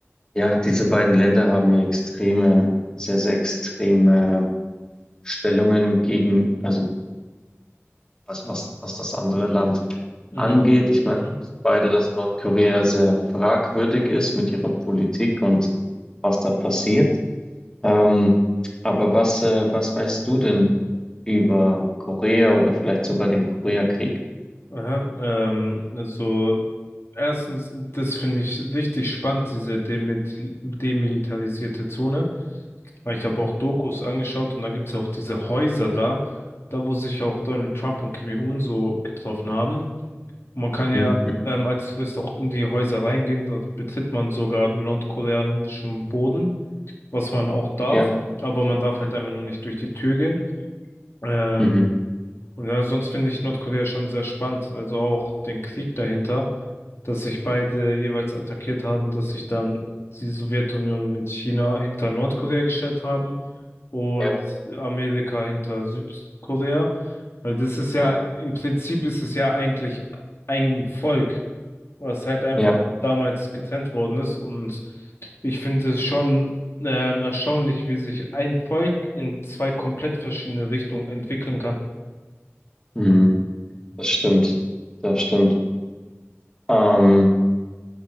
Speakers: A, on the left; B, on the left.
A: ja, diese beiden Länder haben ja extreme, sehr, sehr extreme Stellungen gegen, also was, was, was das andere Land
B: Mhm.
A: angeht. Ich meine,
B: Mhm.
A: wir wissen beide, dass Nordkorea sehr fragwürdig ist mit ihrer Politik und was da passiert. Ähm, aber was, äh, was weißt du denn über Korea oder vielleicht sogar den Koreakrieg?
B: Aha. Ähm, also erstens, das finde ich richtig spannend, diese demil- demilitarisierte Zone. Weil Ich habe auch Dokus angeschaut und da gibt es auch diese Häuser da, da wo sich auch Donald Trump und Kim Jong-un so getroffen haben. Und Man kann ja
A: Mhm.
B: ähm, als Tourist auch in die Häuser reingehen. Dort betritt man sogar nordkoreanischen Boden, was man auch darf.
A: Ja,
B: Aber man darf halt einfach nur nicht durch die Tür gehen. Ähm,
A: mhm.
B: und ja, sonst finde ich Nordkorea schon sehr spannend. Also auch den Krieg dahinter, dass sich beide jeweils attackiert haben, dass sich dann die Sowjetunion mit China hinter Nordkorea gestellt haben und
A: Ja,
B: Amerika hinter Südkorea. Weil das ist ja,
A: mhm.
B: im Prinzip ist es ja eigentlich ein Volk was halt einfach
A: ja,
B: damals getrennt worden ist. Und ich finde es schon ähm, erstaunlich, wie sich ein Volk in zwei komplett verschiedene Richtungen entwickeln kann.
A: mhm. Das stimmt. Das stimmt. Ähm,